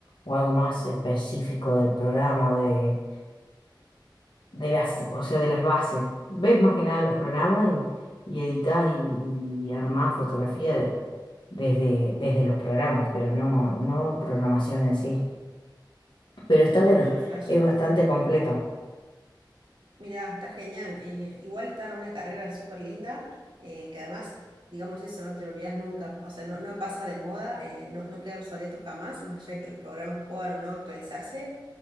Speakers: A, on the left (about 70°); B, on the right (about 85°).
A: o algo más específico del programa o de, de las, o sea, de las bases. Ves más que nada los programas y, y editás y, y armás fotografía de- desde, desde los programas, pero no, no programación en sí. Pero está
B: Mira,
A: bueno,
B: yo flashé.
A: es bastante completo.
B: Mira, está genial. eh, igual está una carrera súper linda, eh, que además, digamos, eso no te lo olvidas nunca, o sea, no, no pasa de moda, eh, no, no queda obsoleto jamás, más allá de que los programas puedan o no actualizarse,